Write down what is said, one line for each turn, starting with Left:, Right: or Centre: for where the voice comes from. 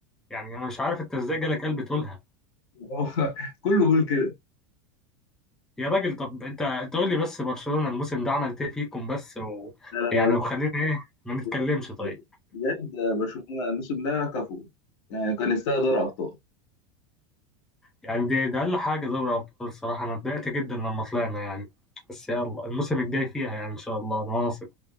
Centre: يعني انا مش عارف انت ازاي جالك قلب تقولها
Left: <laughs> كله بيقول كده
Centre: يا راجل طب انت انت قول لي بس برشلونة الموسم ده عملت ايه فيكم بس و...
Left: لا لا
Centre: يعني وخلينا ايه ما نتكلمش
Left: بجد
Centre: طيب
Left: بجد برشلونة الموسم ده كفو يعني كان يستاهل دوري ابطال
Centre: يعني دي ده اقل حاجة دوري ابطال الصراحة انا اتضايقت جدا لما طلعنا يعني بس يلا الموسم الجاي فيها يعني ان شاء الله انا واثق